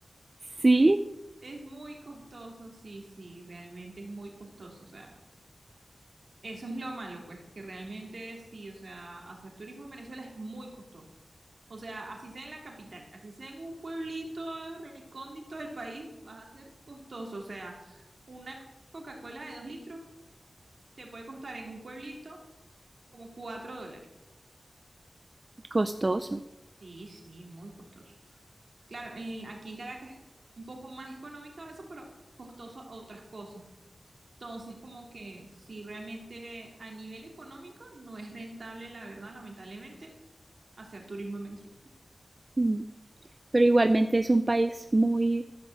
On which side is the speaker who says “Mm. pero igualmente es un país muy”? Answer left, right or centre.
Right